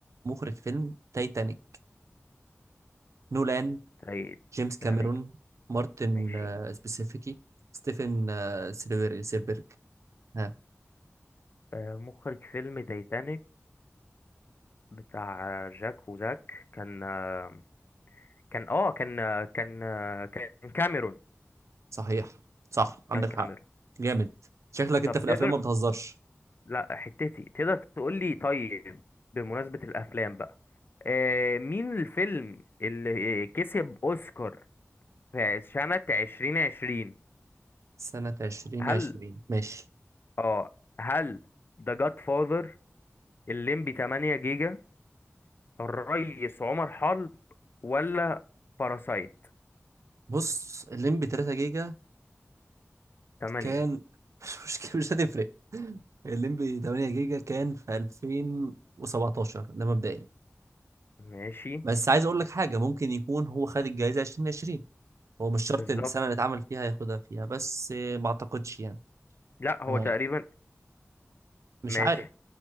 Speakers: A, on the right; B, on the left.
A: مخرج فيلم تايتانيك نولان
B: تايتانيك
A: جيمس كاميرون مارتن
B: ماشي
A: آه، سبيسيفيكي ستيفن آه، سيلبر- سيلبرج ها
B: آه، مخرج فيلم تايتانيك بتاع جاك وزاك كان آه، كان اه كان آه، كان آه، كان كاميرون
A: صحيح صح عندك
B: كان كاميرون
A: حق جامد شكلك انت
B: طب
A: في الافلام
B: تقدر
A: ما بتهزرش
B: لا حتتي تقدر تقول لي طيب بمناسبة الأفلام بقى آه مين الفيلم اللي كسب أوسكار في سنة عشرين عشرين
A: سنة عشرين
B: هل
A: عشرين ماشي
B: اه هل ذا جاد فاذر الليمبي 8 جيجا الريس عمر حرب ولا باراسايت
A: بص الليمبي تلاتة جيجا
B: 8
A: كان <laughs> مش مشكلة مش هتفرق الليمبي تمانية جيجا كان في ألفين وسبعتاشر ده مبدئيا
B: ماشي
A: بس عايز أقول لك حاجة ممكن يكون هو خد الجايزة عشرين عشرين هو مش شرط
B: بالظبط
A: إن السنة اللي اتعمل فيها ياخدها فيها بس آه، ما أعتقدش يعني
B: لا هو
A: أنا
B: تقريبا
A: مش
B: ماشي
A: عارف